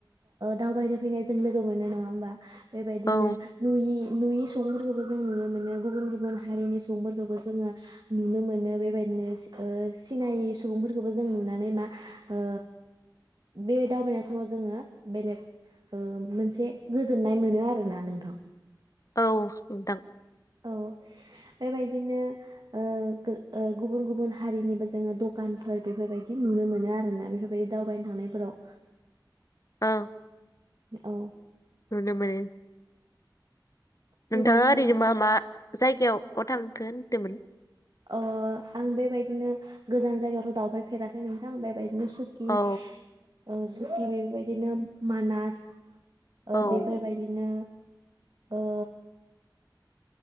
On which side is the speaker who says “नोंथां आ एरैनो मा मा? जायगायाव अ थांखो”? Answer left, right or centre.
Left